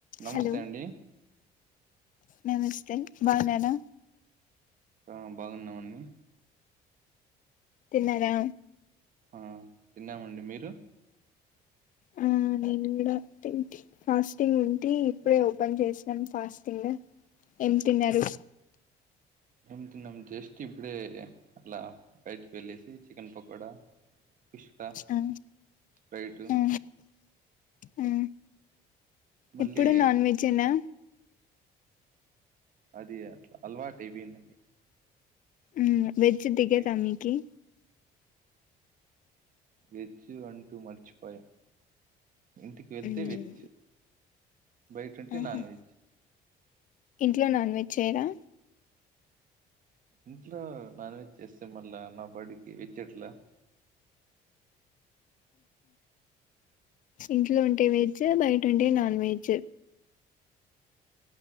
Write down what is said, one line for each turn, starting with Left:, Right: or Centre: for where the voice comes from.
Right: నమస్తే
Left: Hello
Right: అండి
Left: నమస్తే బాగున్నర
Right: ఆ బాగున్నామండి
Left: తిన్నారా
Right: ఆ తిన్నామండి మీరు
Left: ఆ నేను కూడా తి ఫాస్టింగ్ ఉంటి ఇప్పుడే ఓపెన్ చేసినాం ఫాస్టింగ్ ఏం తిన్నారు
Right: ఎం తిన్ జేస్ట్ ఇప్పుడే అలా బయటికి వెల్లేసి చికెన్ పకోడా కుష్కా
Left: ఆ
Right: రైటు
Left: ఆ ఆ
Right: మళ్ళీ
Left: ఎప్పుడు నాన్ వెెజెనా
Right: అది అట్లా అలవాటు అయిపోయిందండి
Left: ఉ వెజ్ దిగద
Right: డైలీ
Left: మీకి
Right: వెజ్ అంటు మరిచిపోయ ఇంటికి వెళ్తే
Left: మ్మ్
Right: వెజ్ బయట ఉంటే
Left: ఆహా
Right: నాన్ వెజ్
Left: ఇంట్లో నాన్ వెజ్ చేయరా
Right: ఇంట్లో నాన్ వెజ్ చేస్తే మళ్ళా నా బడికి వెజ్ ఎట్లా
Left: ఇంట్లో ఉంటే వెజ్ బయట ఉంటే నాన్ వెజ్